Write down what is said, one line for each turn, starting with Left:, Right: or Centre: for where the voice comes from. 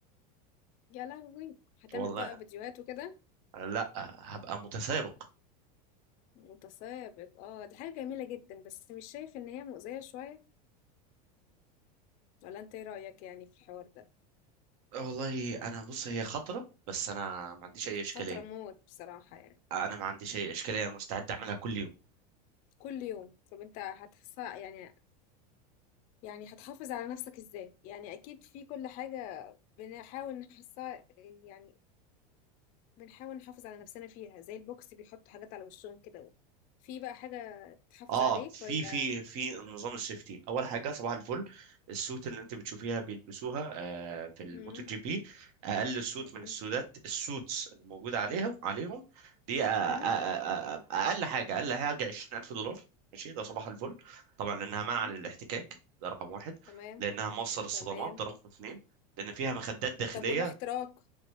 Left: يا لهوي هتعمل
Right: والله
Left: بقى فيديوهات وكده
Right: لا هبقى متسابق
Left: متسابق اه دي حاجة جميلة جدا بس مش شايف ان هي مؤذية شوية ولا انت ايه رأيك يعني في الحوار ده
Right: والله انا بص هي خطرة بس انا ما عنديش اي اشكالية
Left: خطرة موت بصراحة يعني
Right: انا ما عنديش اي اشكالية انا مستعد اعملها كل يوم
Left: كل يوم طب انت هتحس يعني يعني هتحافظ على نفسك ازاي يعني اكيد في كل حاجة بنحاول نحسها يعني بنحاول نحافظ على نفسنا فيها زي البوكس بيحطوا حاجات على وشهم كده في بقى حاجة تحافظ
Right: اه
Left: عليك
Right: في
Left: ولا
Right: في في نظام السيفتي اول حاجه صباح الفل السوت اللي انت بتشوفيها بيلبسوها آه في الموتو
Left: مم.
Right: جي بي اقل سوت
Left: مهم.
Right: من السودات السوتس اللي موجوده عليهم عليهم دي آه، آه،
Left: إمم،
Right: آه، آه، آه، اقل حاجه اقل حاجه 20000 دولار ماشي ده صباح الفل طبعا لانها منع
Left: إمم،
Right: للاحتكاك ده رقم واحد
Left: تمام،
Right: لانها موصل الصدمات
Left: تمام.
Right: ده رقم اثنين لان فيها مخدات داخليه
Left: طب والاحتراق،